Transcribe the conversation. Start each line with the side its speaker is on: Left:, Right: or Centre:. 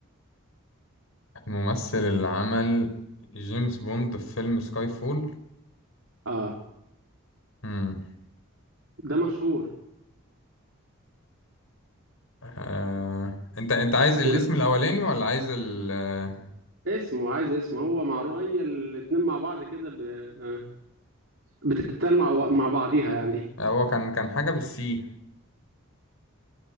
Left: الممثل اللي عمل جيمس بوند في فيلم سكاي فول
Right: اه
Left: مم.
Right: ده مشهور
Left: آه... أنت أنت عايز الاسم
Right: ولا
Left: الأولاني ولا عايز ال آه،
Right: اسمه عايز اسمه هو معروف اي الاتنين مع بعض كده ب... آه. بتتقال مع... مع بعضيها يعني
Left: هو كان كان حاجة بالسي